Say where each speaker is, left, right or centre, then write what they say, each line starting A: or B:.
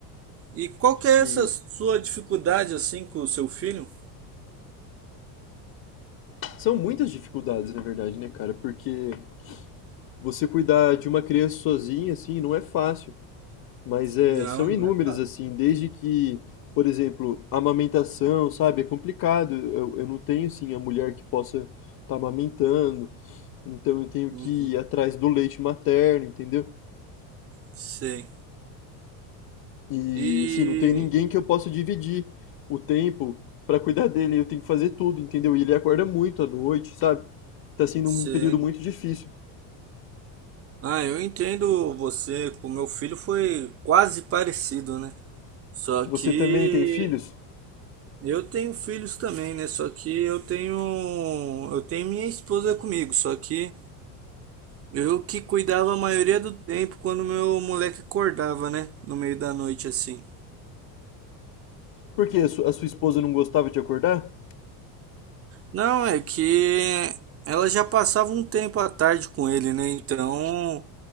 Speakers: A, on the right; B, on the left.
A: e qual que é
B: E
A: essa sua dificuldade assim com o seu filho?
B: são muitas dificuldades, na verdade, né, cara? Porque você cuidar de uma criança sozinha, assim, não é fácil. Mas
A: Não,
B: é, são inúmeras,
A: não é fácil.
B: assim, desde que, por exemplo, amamentação, sabe? É complicado. Eu, eu não tenho, assim, a mulher que possa estar amamentando, então eu tenho
A: Uhum,
B: que ir atrás do leite materno, entendeu?
A: sei.
B: E,
A: E
B: assim, não tem ninguém que eu possa dividir o tempo para cuidar dele. Eu tenho que fazer tudo, entendeu? E ele acorda muito à noite, sabe? Tá sendo
A: sei.
B: um período muito difícil.
A: Ah, eu entendo você. O meu filho foi quase parecido, né? Só
B: Você
A: que
B: também tem filhos?
A: eu tenho filhos também, né? Só que eu tenho eu tenho minha esposa comigo, só que Eu que cuidava a maioria do tempo quando meu moleque acordava, né? No meio da noite assim.
B: Por quê? A su- a sua esposa não gostava de acordar?
A: Não, é que ela já passava um tempo à tarde com ele, né? Então,